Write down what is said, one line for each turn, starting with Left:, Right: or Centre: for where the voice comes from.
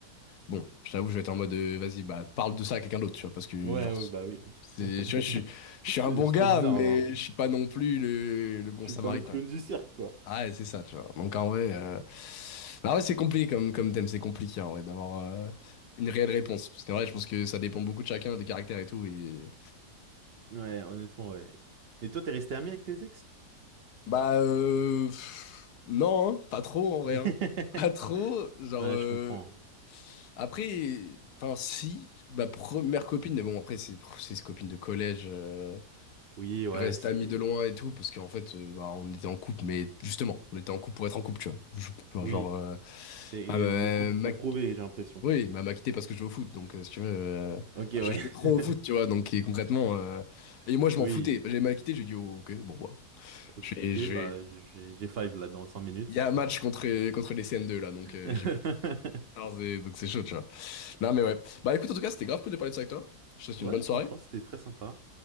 Left: Bon, je t'avoue, je vais être en mode, euh, vas-y, bah, parle de ça à quelqu'un d'autre, tu vois, parce que,
Right: Ouais,
Left: genre,
Right: ouais, bah oui.
Left: c'est,
Right: <laughs>
Left: tu vois, je suis, je suis
Right: C'est
Left: un bon gars,
Right: trop bizarre,
Left: mais
Right: là. hein.
Left: je suis pas non plus le, le bon
Right: Je
Left: samaritain.
Right: suis pas le clown du cirque, quoi.
Left: Ah, ouais, c'est ça, tu vois. Donc, en vrai, euh, bah, ouais, c'est compliqué comme, comme thème, c'est compliqué, en vrai, d'avoir euh, une réelle réponse. Parce qu'en vrai, je pense que ça dépend beaucoup de chacun, des caractères et tout, et...
Right: Ouais, honnêtement, ouais. Et toi, t'es resté ami avec tes ex?
Left: Bah, euh, pff, non, hein, pas trop, en vrai,
Right: <laughs>
Left: hein. Pas trop, genre,
Right: Ouais,
Left: euh,
Right: je comprends.
Left: après, enfin, si, ma première copine, mais bon, après, c'est, c'est copine de collège... euh,
Right: Oui, ouais,
Left: reste
Right: c'est...
Left: amis de loin et tout, parce qu'en fait, euh, bah, on était en couple, mais justement, on était en couple pour être en couple, tu vois. Je- enfin,
Right: Oui,
Left: genre, euh,
Right: c'est
Left: enfin,
Right: le couple
Left: ma-
Right: pour
Left: ma-
Right: prouver, j'ai l'impression.
Left: oui, ma m'a quitté parce que je jouais au foot, donc euh, si tu veux, euh,
Right: Ok,
Left: enfin,
Right: ouais.
Left: je jouais trop
Right: <laughs>
Left: au foot, tu vois, donc et concrètement, euh, et moi je m'en
Right: Oui.
Left: foutais. J'ai m'a quitté, j'ai dit, oh, ok, bon, bah,
Right: O-
Left: je vais,
Right: Ok,
Left: je
Right: bah,
Left: vais-
Right: j'ai j'ai five là dans 5 minutes.
Left: il y a un match contre, contre les CM2 là, donc
Right: <laughs>
Left: euh, j'y vais. Alors, c'est- donc c'est chaud, tu vois. Non, mais ouais. Bah écoute, en tout cas, c'était grave cool de parler de ça avec toi. Je te souhaite
Right: Ouais,
Left: une bonne soirée.
Right: franchement, c'était très sympa.